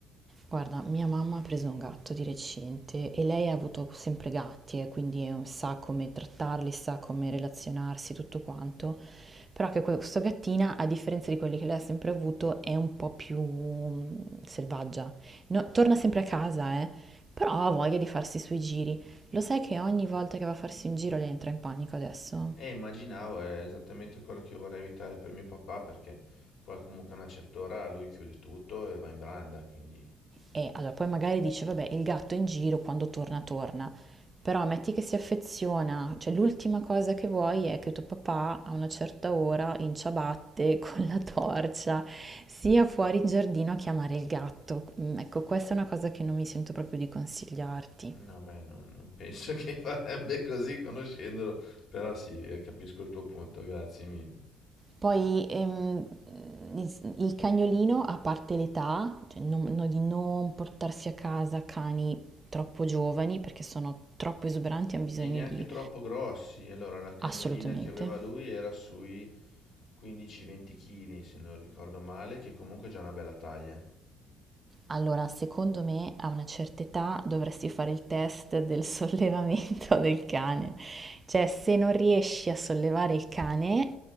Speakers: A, on the right (about 25°); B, on the left (about 60°).
A: Guarda, mia mamma ha preso un gatto di recente e lei ha avuto sempre gatti, e quindi è un- sa come trattarli, sa come relazionarsi, tutto quanto. Però che questa gattina, a differenza di quelli che lei ha sempre avuto, è un po' più mm, selvaggia. No- torna sempre a casa, eh, però ha voglia di farsi i suoi giri. Lo sai che ogni volta che va a farsi un giro lei entra in panico adesso?
B: E immaginavo, è esattamente quello che io vorrei evitare per mio papà perché poi comunque a una certa ora lui chiude tutto e va in branda, quindi
A: E allora poi magari dice, vabbè, il gatto in giro quando torna, torna. Però metti che si affeziona, cioè l'ultima cosa che vuoi è che tuo papà a una certa ora in ciabatte <laughs> con la torcia sia fuori in giardino a chiamare il gatto. Mm, Ecco, questa è una cosa che non mi sento proprio di consigliarti.
B: no, beh, non, non penso <laughs> che farebbe così conoscendolo, però sì, eh, capisco il tuo punto, grazie mille.
A: Poi ehm, il il cagnolino, a parte l'età, cioè non- no- di non portarsi a casa cani troppo giovani perché sono troppo esuberanti, hanno bisogno
B: E neanche
A: di
B: troppo grossi, allora la cagnolina
A: assolutamente.
B: che aveva lui era sui 15-20 kg, se non ricordo male, che comunque è già una bella taglia.
A: Allora, secondo me a una certa età dovresti fare il test del <laughs> sollevamento del cane. Cioè, se non riesci a sollevare il cane,